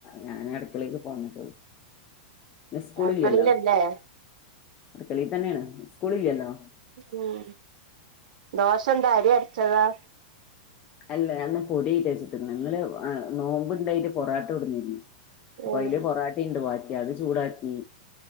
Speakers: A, on the left; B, on the right.
A: ഞൻ അടുക്കളേക്ക് ഇപ്പൊ വന്നിട്ടുള്ളൂ ഇന്ന് സ്കൂളില്ലല്ലോ
B: അടുക്കളയിലല്ലേ
A: അടുകളീ തന്നെയാണ് സ്കൂളില്ലല്ലോ
B: ഉം ദോശ എന്താ അരി അരച്ചതാ
A: അല്ല ഞാൻ ഇന്ന് പൊടിയ്റ്റാ ച്ചുട്ട് ക്ക്ണെ ഇന്നലെ നോമ്പുണ്ടായിട്ട് പൊറാട്ട കൊട്ന്നിരുന്നു അപ്പൊ
B: ഉം
A: അയില് പൊറാട്ടിം ഉണ്ട് ബാക്കി അത് ചൂടാക്കി